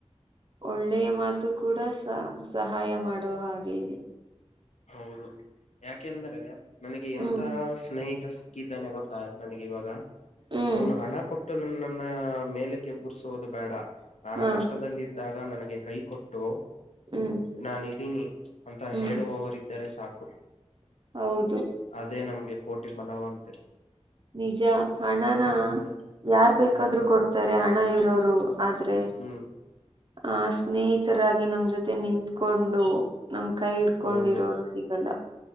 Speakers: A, on the right (about 45°); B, on the left (about 85°).
A: ಒಳ್ಳೆಯ ಮಾತು ಕೂಡ ಸ ಸಹಾಯ ಮಾಡುವ ಹಾಗೆ ಇ
B: ಹೌದು ಯಾಕೆಂದ್ರೆ ನನಗೆ ಎಂತ
A: ಹ್ಮ್
B: ಸ್ನೇಹಿತ ಕಿದ್ದಾನೆ ಗೊತ್ತಾ ನನಗೆ ಇವಾಗ
A: ಹ್ಮ್
B: ಅವನು ಹಣ ಕೊಟ್ಟು ನನ್ನ ಮೇಲಕ್ಕೆಬುಸೋುದು ಬೇಡ ನಾನು
A: ಹಾ
B: ಕಷ್ಟಲ್ಲಿದ್ದಾಗ ನನಗೆ ಕೈ ಕೊಟ್ಟು
A: ಹ್ಮ್
B: ನಾನ್ದೀನಿ ಅಂತ
A: ಹ್ಮ್
B: ಹೇಳುವವರು ಇದ್ದರೆ ಸಾಕು
A: ಹೌದು
B: ಅದೇ ನಮ್ಗೆ ಕೋಟಿ ಬಲವಂತೆ
A: ನಿಜ ಹಣನ
B: ಹ್ಮ್
A: ಯಾರ್ ಬೇಕಾದ್ರರು
B: ಹ್ಮ್
A: ಕೊಡ್ತಾರೆ ಹಣ ಇರೋರು ಆದ್ರೆ
B: ಹ್ಮ್
A: ಆ ಸ್ನೇಹಿತರಾಗಿ ನಮ ಜೊತೆ ನಿಂತ್ಕೊಂಡು ನಮ್ ಕೈ ಹಡ್ಕೊಂಡಿರೋರು
B: ಹೌದು
A: ಸಿಗಲ್ಲ